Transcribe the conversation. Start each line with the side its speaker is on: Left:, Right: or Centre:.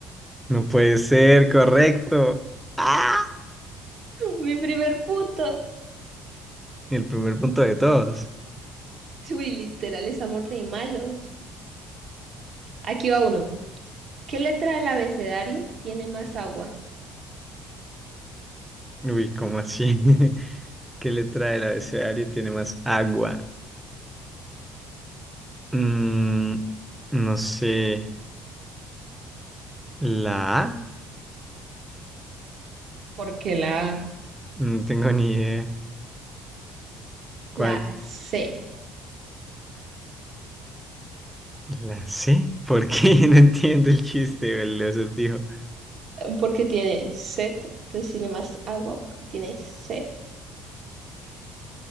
Centre: No puede ser, correcto. ¡Ah!
Right: <laughs> Mi primer punto.
Centre: El primer punto de todos.
Right: Uy, literal, estamos re malos. Aquí va uno. ¿Qué letra del abecedario tiene más agua?
Centre: Uy, ¿cómo así? <laughs> ¿Qué letra del abecedario tiene más agua? Mm, no sé. ¿La A?
Right: Porque la...
Centre: No tengo ni idea. ¿Cuál?
Right: La C.
Centre: ¿La C? ¿Por qué? <laughs> No entiendo el chiste o el acertijo.
Right: Porque tiene sed, entonces tiene más agua porque tiene C.